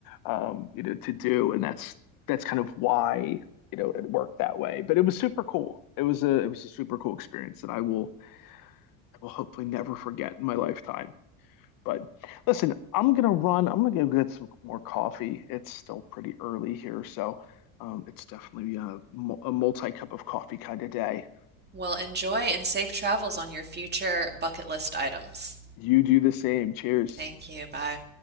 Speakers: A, on the left; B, on the right.
A: um, you know, to do. And that's, that's kind of why, you know, it worked that way. But it was super cool. It was a, it was a super cool experience that I will, I will hopefully never forget in my lifetime. But listen, I'm gonna run. I'm gonna go get some more coffee. It's still pretty early here, so um, it's definitely a, mul- a multi cup of coffee kind of day.
B: Well, enjoy and safe travels on your future bucket list items.
A: You do the same. Cheers.
B: Thank you. Bye.